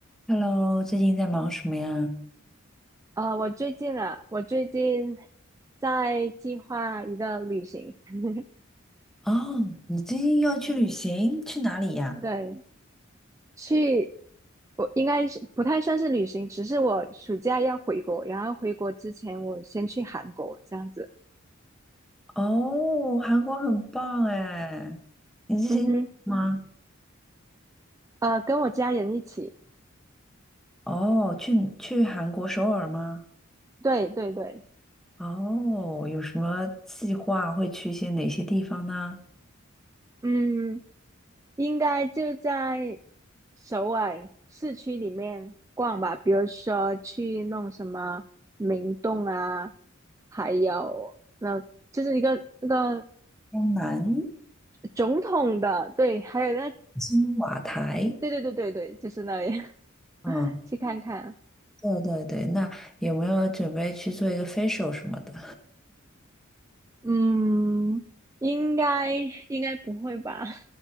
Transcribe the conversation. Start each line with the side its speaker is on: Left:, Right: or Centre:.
Centre: Hello，最近在忙什么呀？
Right: 呃，我最近啊，我最近在计划一个旅行，<laughs>
Centre: 哦，你最近要去旅行，去哪里呀？
Right: 对，去，我应该是不太算是旅行，只是我暑假要回国，然后回国之前我先去韩国这样子，
Centre: 哦，韩国很棒哎，你之前吗？
Right: 嗯哼，呃，跟我家人一起，
Centre: 哦，去去韩国首尔吗？
Right: 对对对，
Centre: 哦，有什么计划会去一些哪些地方呢？
Right: 嗯，应该就在首尔市区里面逛吧，比如说去弄什么明洞啊，还有那就是一个那个。
Centre: 江南、
Right: 总统的，对，还有那，
Centre: 金瓦台，
Right: 对对对对对，就是那里，
Centre: 嗯，
Right: <laughs> 去看看。
Centre: 对对对，那有没有准备去做一个 facial 什么的？
Right: 嗯，应该应该不会吧？